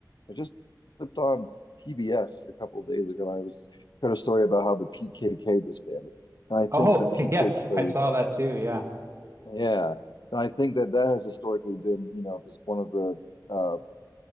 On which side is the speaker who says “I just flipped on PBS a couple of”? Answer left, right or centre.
Left